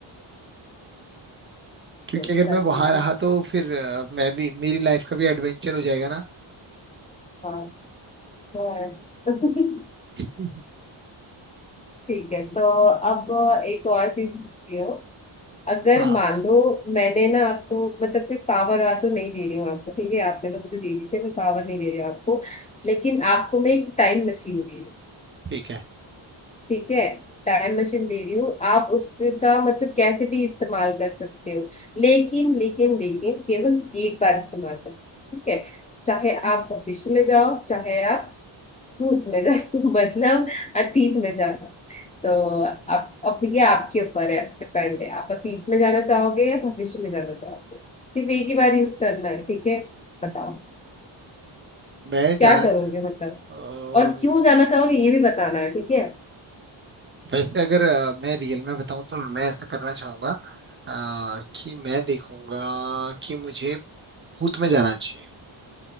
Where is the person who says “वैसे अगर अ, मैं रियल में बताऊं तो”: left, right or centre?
Right